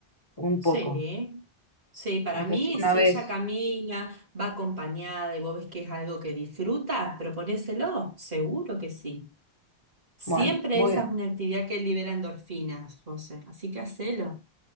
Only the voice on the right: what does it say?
sí.
Sí, para
mí,
si
ella camina, va acompañada y vos ves que es algo que disfruta, proponéselo, seguro que sí. Siempre
esa
es una actividad que libera endorfinas, José, así que hacelo.